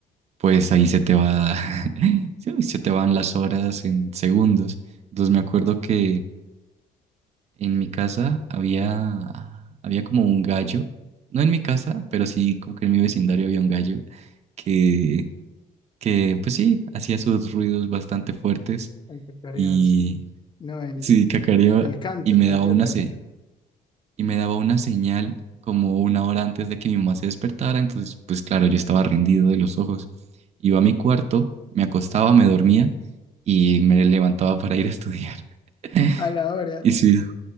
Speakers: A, on the right; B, on the left.
A: pues ahí se te va, <laughs> sí, se te van las horas en segundos. Entonces me acuerdo que en mi casa había, había como un gallo, no en mi casa, pero sí como que en mi vecindario había un gallo que, que pues sí, hacía sus ruidos bastante fuertes
B: empezaría
A: y,
B: así. No, el,
A: Sí, cacareaba
B: el canto,
A: y me
B: el canto
A: daba una
B: del gallo.
A: se- y me daba una señal como una hora antes de que mi mamá se despertara, entonces pues claro, yo estaba rendido de los ojos. Iba a mi cuarto, me acostaba, me dormía y me levantaba para ir a estudiar. <laughs>
B: A la hora,
A: Y sí,